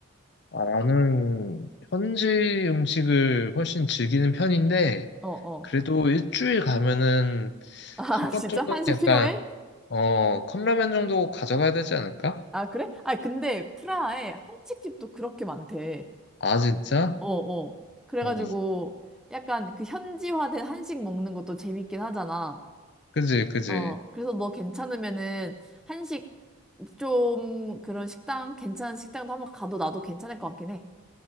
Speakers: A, on the left; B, in the centre.
A: 아, 나는 현지 음식을 훨씬 즐기는 편인데,
B: 어, 어.
A: 그래도 일주일 가면은
B: 아,
A: 한 번
B: <laughs> 진짜
A: 정도는
B: 한식
A: 약간,
B: 필요해?
A: 어, 컵라면 정도 가져가야 되지 않을까?
B: 아, 그래? 아, 근데 프라하에 한식집도 그렇게 많대.
A: 아, 진짜?
B: 어, 어. 그래가지고
A: 어,
B: 약간 그 현지화된 한식 먹는 것도 재밌긴 하잖아.
A: 그지, 그지.
B: 어, 그래서 너 괜찮으면은 한식 좀 그런 식당, 괜찮은 식당도 한번 가도 나도 괜찮을 것 같긴 해.